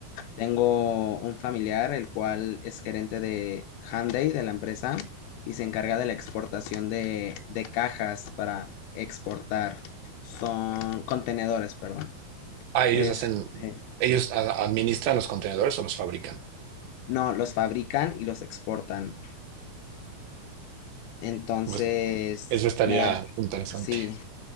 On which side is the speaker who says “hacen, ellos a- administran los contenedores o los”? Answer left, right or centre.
Right